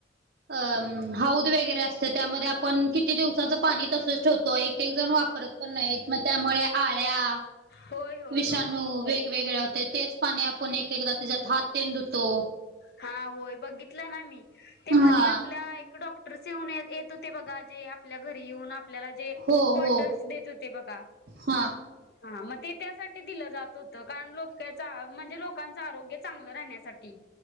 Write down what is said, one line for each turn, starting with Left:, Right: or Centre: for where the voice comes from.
Right: अं... हौद वगैरे असते... त्यामध्ये आपण किती दिवसाचं पाणी तसंच ठेवतो... एक एक जण वापरत पुन्हा एक मग... त्यामुळे आळ्या....
Left: होय होय
Right: विषाणू
Left: होय
Right: वेगवेगळ्या होत्या... तेच पाणी आपण एक एकदा... त्याच्यात हात तेन धुतो
Left: हा... होय... बघितलं ना मी... ते
Right: हा
Left: मध्ये आपल्या एक... डॉक <unintelligible> येत होते बघा... जे आपल्या घरी येऊन आप आपल्याला जे...
Right: हो
Left: बॉटल्स
Right: हो
Left: देत होते बघा.
Right: हा
Left: हा... मग ते त्यासाठी दिलं जात होतं... कारण लोक त्याचा... म्हणजे लोकांचं आरोग्य चांगलं राहण्यासाठी